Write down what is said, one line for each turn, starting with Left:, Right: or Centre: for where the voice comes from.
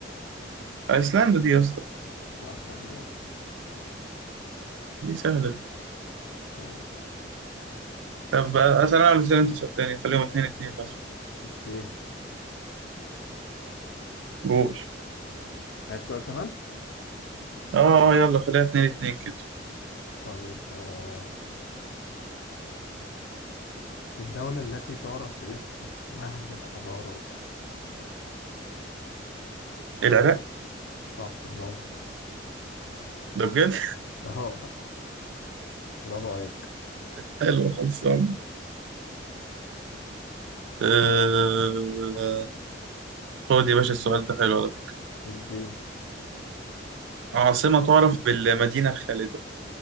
Right: أيسلندا دي يا اسطى
Left: صح برافو
Right: دي سهلة دي
Left: طيب
Right: طب أسأل أنا ولا أسأل أنت سؤال تاني خليهم اتنين اتنين مثلا
Left: اوكي
Right: قول
Left: عايز سؤال كمان
Right: آه آه يلا خليها اتنين اتنين كده
Left: طيب آه الدوله التي تعرف باسم مهد الحضارات
Right: العراق
Left: صح برافو
Right: ده بجد
Left: <laughs> اهو برافو عليك
Right: <laughs> حلو خلصان آه... خد يا باشا السؤال ده حلو على فكرة
Left: اديني
Right: عاصمة تعرف بالمدينة الخالدة